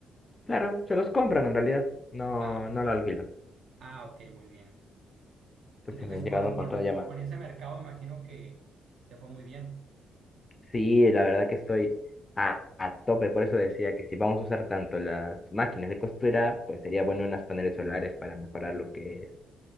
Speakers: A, on the left; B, on the right.
A: Claro, se los compran en realidad, no,
B: Ah, ok.
A: no lo alquilan.
B: Ah, ok, muy bien.
A: Entonces
B: Entonces
A: me han
B: con,
A: llegado un montón
B: con,
A: de llamadas.
B: con ese mercado imagino que te fue muy bien.
A: Sí, la verdad que estoy a, a tope, por eso decía que si vamos a usar tanto las máquinas de costura, pues sería bueno unas paneles solares para mejorar lo que es